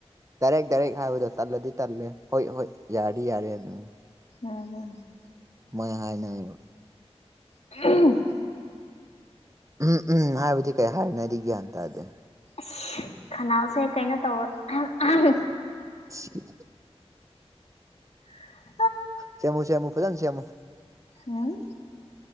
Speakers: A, on the right (about 30°); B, on the left (about 75°).
A: ꯗꯥꯏꯔꯦꯛ ꯗꯥꯏꯔꯦꯛ ꯍꯥꯏꯕꯗꯣ ꯇꯜꯂꯗꯤ ꯇꯜꯂꯦ ꯍꯣꯏ ꯍꯣꯏ ꯌꯥꯔꯗꯤ ꯌꯥꯔꯦ ꯑꯗꯨꯅꯤ
B: <unintelligible>
A: ꯃꯣꯏ ꯍꯥꯏꯅꯕ
B: <unintelligible>
A: ꯎꯝ ꯎꯝ ꯍꯥꯏꯕꯗꯤ ꯀꯩ ꯍꯥꯏꯔꯤꯅꯣꯗꯤ ꯒ꯭ꯌꯥꯟ ꯇꯥꯗꯦ
B: ꯑꯁ ꯈꯅꯥꯎꯁꯦ ꯀꯩꯅꯣ ꯇꯧꯕ ꯑꯍꯝ ꯑꯍꯝ
A: <unintelligible>
B: <inaudible>
A: ꯁꯦꯞꯃꯨ ꯁꯦꯝꯃꯨ ꯐꯖꯟ ꯁꯦꯝꯃꯨ
B: ꯎꯝ